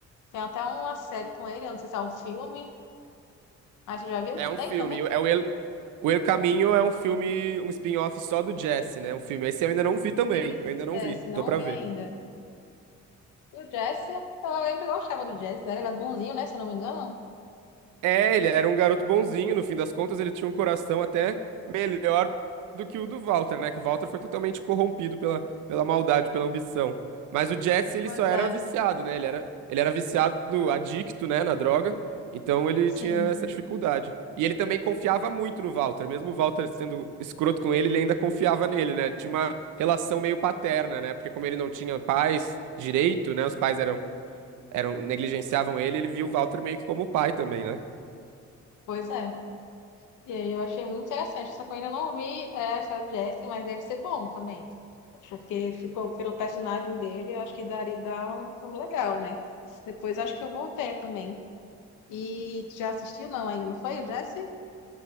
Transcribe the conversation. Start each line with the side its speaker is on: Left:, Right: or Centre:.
Left: Tem até uma série com ele, eu não sei se é um filme. Aí você já viu
Right: É
Left: que
Right: um
Left: tem
Right: filme,
Left: também?
Right: é o El- O El Caminho é um filme, um spin-off só do Jesse, né? Um filme. Esse eu ainda não vi também.
Left: Isso,
Right: Eu ainda
Left: Jesse,
Right: não vi.
Left: não
Right: Tô pra
Left: vi
Right: ver.
Left: ainda. E o Jesse, eu lembro que eu gostava do Jesse, né? Ele é bonzinho, né? Se eu não me engano.
Right: É, ele era um garoto bonzinho, no fim das contas, ele tinha um coração até melhor do que o do Walter, né? Que o Walter foi totalmente corrompido pela, pela maldade, pela ambição. Mas o Jesse, ele
Left: Pois
Right: só era
Left: é,
Right: viciado, né? Ele era, ele era viciado, adicto, né, na droga. Então ele
Left: sim,
Right: tinha essa dificuldade. E ele também confiava muito no Walter, mesmo o Walter sendo escroto com ele, ele ainda confiava nele, né? Tinha uma relação meio paterna, né? Porque como ele não tinha pais direito, né? Os pais eram, eram negligenciavam ele, ele viu o Walter meio que como pai também, né?
Left: pois é. E aí eu achei muito interessante. Só que eu ainda não vi é, a história do Jesse, mas deve ser bom também. Porque ficou pelo personagem dele, eu acho que daria dá um filme legal, né? Depois acho que eu vou ver também. E tu já assistiu? Não, ainda não foi, o Jesse?